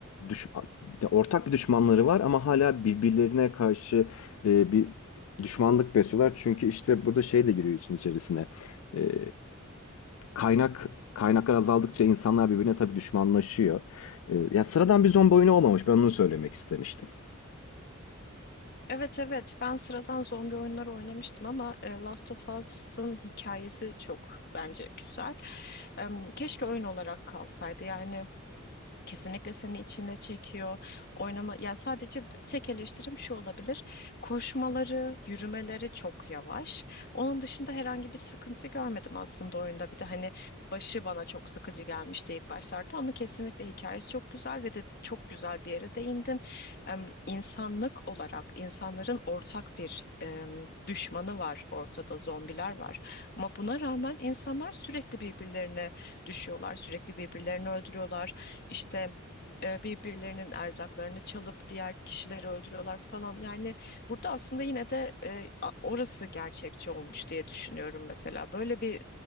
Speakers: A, on the left (about 80°); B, on the left (about 50°).
A: düş ya ortak bir düşmanları var ama hala birbirlerine karşı e, bir düşmanlık besliyorlar. Çünkü işte burada şey de giriyor için içerisine. Ee, kaynak kaynaklar azaldıkça insanlar birbirine tabii düşmanlaşıyor. Ee, ya sıradan bir zombi oyunu olmamış. Ben onu söylemek istemiştim.
B: Evet evet ben sıradan zombi oyunları oynamıştım ama e, Last of Us'ın hikayesi çok bence güzel. Em, keşke oyun olarak kalsaydı yani Kesinlikle seni içine çekiyor. Oynama ya sadece tek eleştirim şu olabilir. Koşmaları, yürümeleri çok yavaş. Onun dışında herhangi bir sıkıntı görmedim aslında oyunda. Bir de hani başı bana çok sıkıcı gelmişti ilk başlarda ama kesinlikle hikayesi çok güzel ve de çok güzel bir yere değindin. Em, insanlık olarak insanların ortak bir em, düşmanı var ortada zombiler var. Ama buna rağmen insanlar sürekli birbirlerine düşüyorlar, sürekli birbirlerini öldürüyorlar. İşte e, birbirlerinin erzaklarını çalıp diğer kişileri öldürüyorlar falan. Yani burada aslında yine de e, a- orası gerçekçi olmuş diye düşünüyorum mesela. Böyle bir